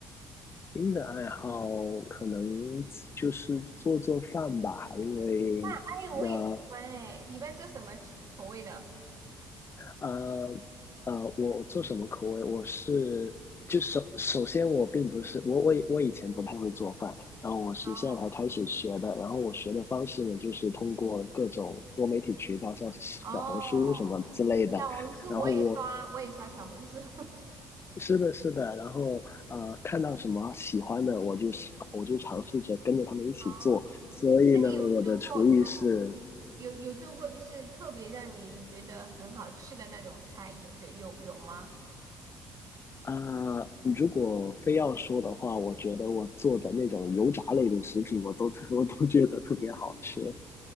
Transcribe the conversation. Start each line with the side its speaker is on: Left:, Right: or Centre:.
Left: 新的爱好可能就是做做饭吧，因为那、
Right: 哎，我也喜欢哎，
Left: 呃
Right: 你一般做什么吃口味的？
Left: 呃呃，我做什么口味？我是就首首先我并不是我我以我以前不太会做饭，然后我是现在才开始学的。
Right: 哦
Left: 然后我学的方式呢，就是通过各种多媒体渠道，像小红书什么之类的。
Right: 哦，小红书我也刷，
Left: 然后我
Right: 我也刷小红书。<laughs>
Left: 是的是的，然后呃看到什么喜欢的，我就我就尝试着跟着他们一起做。
Right: 哦，
Left: 所以呢，
Right: 那你有做过有
Left: 我的厨艺是
Right: 有有做过，就是特别让你觉得很好吃的那种菜，有有有有吗？
Left: 啊、如果非要说的话，我觉得我做的那种油炸类的食品，我都 <laughs> 我都觉得特别好吃。